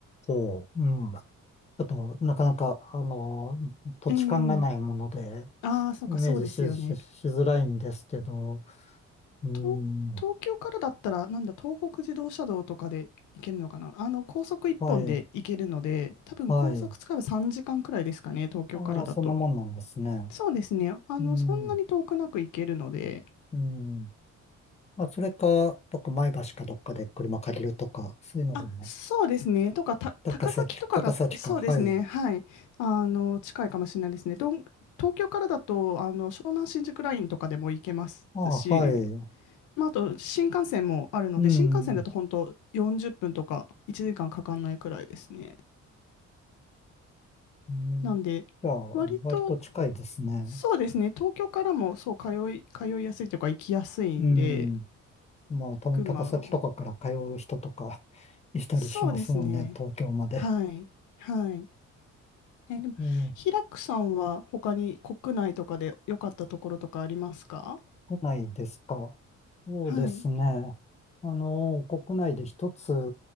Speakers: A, on the left (about 20°); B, on the left (about 80°).
A: 構、うん。ちょっと、なかなか、あの、土地勘がないもので、
B: ええああー、そうか、
A: イメージし、
B: そうですよね。
A: し、しづらいんですけど、うん。
B: 東、東京からだったら、なんだ、東北自動車道とかで行けるのかな。あの、高速一本で行けるので、
A: はい。
B: 多分高速使えば3時間くらいですかね、
A: はい。
B: 東京からだと。
A: ああ、そんなもんなんですね。
B: そうですね。あの、
A: うん。
B: そんなに遠くなく行けるので、
A: うん。まあ、それか、どっか前橋かどっかで車借りるとか、そういうのでも、
B: あ、そうですね。とか、た、
A: 高崎、
B: 高崎とかが、
A: 高崎か。
B: そうですね。
A: はい。
B: はい。あの、近いかもしれないですね。どん、東京からだと、あの、湘南新宿ラインとかでも行けますし、
A: ああ、はい。
B: まあ、あと、新幹線もあるので、
A: うん。
B: 新幹線だと本当40分とか1時間かんかかんないくらいですね。
A: うん
B: なんで、
A: じゃあ、
B: 割と、
A: 割と近いですね。
B: そうですね。東京からも、そう、通い、通いやすいというか、行きやすいんで、
A: うん。まあ、たまに高崎とかから通う人とか
B: 群馬は、
A: <laughs> いたりしますもんね、
B: そうですね。
A: 東京まで。
B: はい。はい。え、でも、
A: うん。
B: 平久さんは他に国内とかで良かったところとかありますか
A: 国内ですか。そうですね。
B: はい。
A: あの、国内で一つ